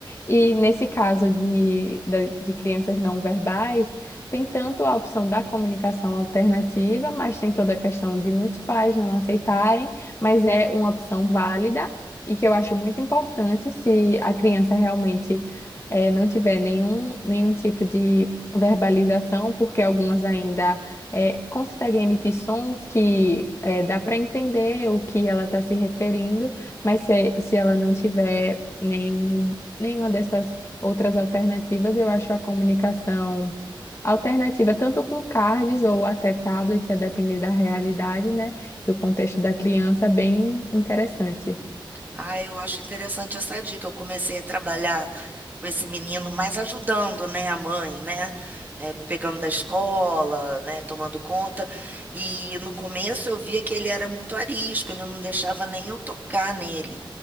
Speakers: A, on the left (about 30°); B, on the right (about 20°).
A: E nesse caso de, da- de crianças não verbais, tem tanto a opção da comunicação alternativa, mas tem toda a questão de muitos pais não aceitarem, mas é uma opção válida e que eu acho muito importante se a criança realmente eh, não tiver nenhum, nenhum tipo de verbalização, porque algumas ainda eh, conseguem emitir sons que eh, dá para entender o que ela está se referindo, mas se, se ela não tiver nenhum, nenhuma dessas outras alternativas, eu acho a comunicação alternativa, tanto com cards ou até tablet, a depender da realidade, né, do contexto da criança, bem interessante.
B: Ah, eu acho interessante essa dica. Eu comecei a trabalhar com esse menino, mas ajudando, né, a mãe, né, é, pegando da escola, né, tomando conta. E no começo eu via que ele era muito arisco, ele não deixava nem eu tocar nele.